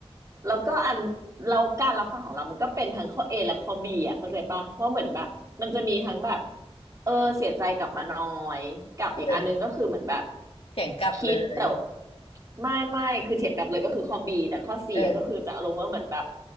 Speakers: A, on the right; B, on the left.
A: แล้วก็อันแล้วการรับฟังของเรามันก็เป็นทั้งข้อ A และข้อ B อ่ะเข้าใจปะว่าเหมือนแบบมันจะมีทั้งแบบเออเสียใจกลับมาน้อยกับอีกอันนึงก็คือเหมือนแบบ
B: เออเถียงกลับเลย
A: คิดแต่ไม่ไม่คือเถียงกลับเลยก็คือข้อ B แต่ข้อ C
B: เออ
A: อ่ะก็คือจะลง์ว่าเหมือนแบบ